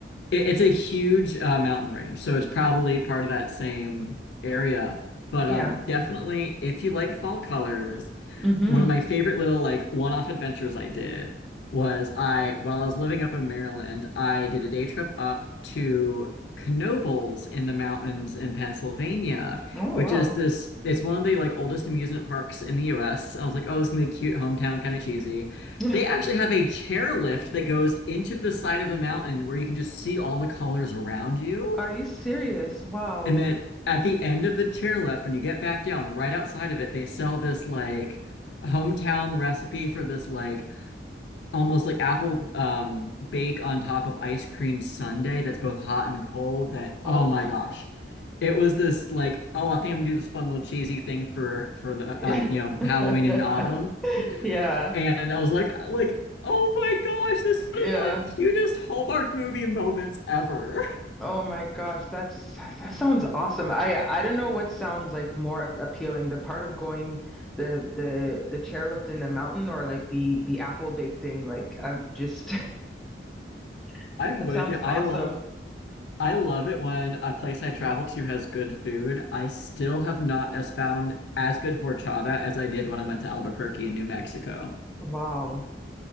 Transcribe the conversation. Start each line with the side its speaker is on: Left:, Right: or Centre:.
Left: It, it's a huge uh, mountain range, so it's probably part of that same area. But
Centre: Yeah.
Left: um, definitely, if you like fall colors,
Centre: hmm
Left: one of my favorite little like one-off adventures I did was I, while I was living up in Maryland, I did a day trip up to Knoebels in the mountains in Pennsylvania,
Centre: Oh,
Left: which
Centre: wow.
Left: is this, it's one of the like oldest amusement parks in the US. And I was like, oh, this is gonna be cute hometown, kind of cheesy.
Centre: <laughs>
Left: They actually have a chairlift that goes into the side of a mountain where you can just see all the colors around you.
Centre: Are you serious? Wow.
Left: And then at the end of the chairlift, when you get back down, right outside of it, they sell this like hometown recipe for this like almost like apple um bake on top of ice cream sundae that's both hot and cold that
Centre: Oh.
Left: oh my gosh. It was this like, oh, I think I'm gonna do this fun little cheesy thing for for the
Centre: <laughs>
Left: um, you know, Halloween and autumn.
Centre: Yeah.
Left: And I was like, like, oh my gosh, this is
Centre: Yeah.
Left: one of the cutest Hallmark movie moments ever.
Centre: Oh my gosh, that's that sounds awesome. I I don't know what sounds like more ap- appealing, the part of going the the the chairlift in the mountain or like the the apple bake thing. Like I'm just
Left: <laughs>
Centre: <laughs>
Left: I'm
Centre: that
Left: with
Centre: sounds
Left: you. I
Centre: awesome.
Left: love I love it when a place I travel to has good food. I still have not as found as good horchata as I did when I went to Albuquerque in New Mexico.
Centre: Wow.